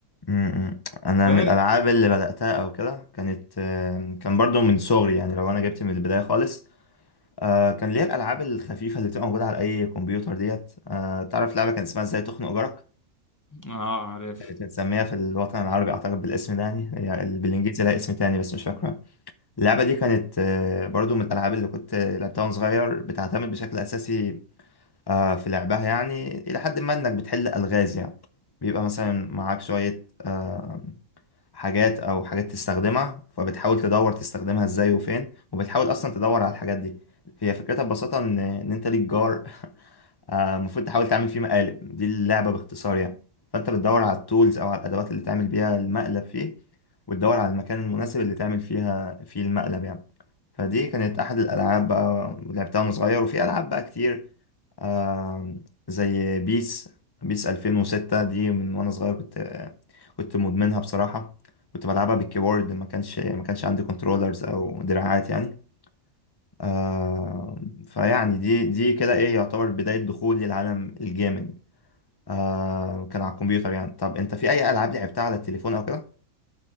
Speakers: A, on the left (about 40°); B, on the left (about 15°).
A: امم امم. انا
B: فاهم
A: من الالعاب اللي بدأتها او كده كانت آم، كان برضو من صغري يعني لو انا جبت من البداية خالص آه، كان ليا الالعاب الخفيفة اللي بتبقى موجودة على اي كمبيوتر ديت آه، تعرف لعبة كان اسمها ازاي تخنق جارك
B: اه عارف
A: كانت متسمية في الوطن العربي أعتقد بالاسم ده يعني هي ال- بالإنجليزي لها اسم تاني بس مش فاكرة اللعبة دي كانت آه، برضو من الألعاب اللي كنت آه، لعبتها وأنا صغير بتعتمد بشكل أساسي آه، في لعبها يعني إلى حد ما إنك بتحل ألغاز يعني بيبقى مثلا معاك شوية آه، حاجات أو حاجات تستخدمها فبتحاول تدور تستخدمها إزاي وفين وبتحاول أصلا تدور على الحاجات دي هي فكرتها ببساطة إن إن أنت ليك جار آه، المفروض تحاول تعمل فيه مقالب دي اللعبة باختصار يعني فأنت بتدور على التولز أو على الأدوات اللي تعمل بيها المقلب فيه وتدور على المكان المناسب اللي تعمل فيها فيه المقلب يعني فدي كانت أحد الألعاب بقى لعبتها وأنا صغير وفي ألعاب بقى كتير آه زي بيس بيس 2006 دي من وأنا صغير كنت كنت مدمنها بصراحة كنت بلعبها بالكيبورد ما كانش ما كانش عندي كنترولرز أو دراعات يعني آه فيعني دي دي كده ايه يعتبر بداية دخولي لعالم الجيمنج آه كان على الكمبيوتر يعني طب انت في اي العاب لعبتها على التليفون او كده؟